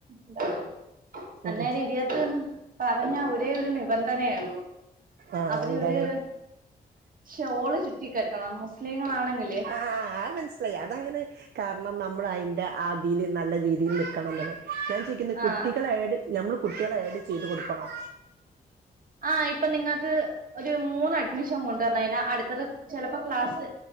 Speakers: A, on the right; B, on the right.
A: ഉണ്ടാക്കും അന്നേരം
B: ഉം ഉം
A: ഇരിയാത്തൂന്ന് പറഞ്ഞ ഒരേ ഒരു നിബന്ധനേള്ളൂ
B: ആഹ്
A: അവരൊരു
B: എന്താണ്
A: ഷോള് ചുറ്റിക്കെട്ടണം മുസ്ലീങ്ങളാണെങ്കിലേ
B: ആഹ് അനസ്സിലായി അതങ്ങനെ കാരണം നമ്മൾ അതിൻ്റെ ആതില് നല്ല രീതിയിൽ നിൽക്കണംന്നൊള്ള ഞാൻ ചോയിക്കുന്ന്
A: ആഹ്
B: കുട്ടികളെ ആഡ് ഞമ്മള് കുട്ടികള ആഡ് ചെയ്ത് കൊടുക്കണോ
A: ആഹ് ഇപ്പൊ നിങ്ങക്ക് ഒരു മൂന്ന് അഡ്മിഷൻ കൊണ്ടുവരണയിന് അടുത്തത് ചിലപ്പോ ക്ലാസ്സ്